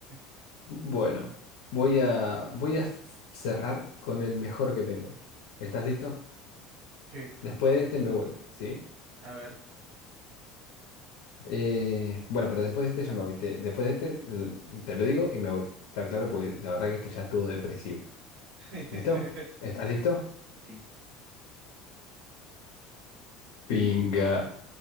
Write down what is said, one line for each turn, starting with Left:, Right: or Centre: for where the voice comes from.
Right: <laughs>
Left: bueno, voy a, voy a f- cerrar con el mejor que tengo. ¿Estás listo?
Right: ¿Qué?
Left: Después de este me voy, ¿sí?
Right: A ver.
Left: Eh, bueno, pero después de este ya me voy. Te- después de este l- te lo digo y me voy. Está claro, porque la verdad que esto ya estuvo depresivo.
Right: <laughs>
Left: ¿Listo? ¿Estás listo?
Right: Sí.
Left: Pinga.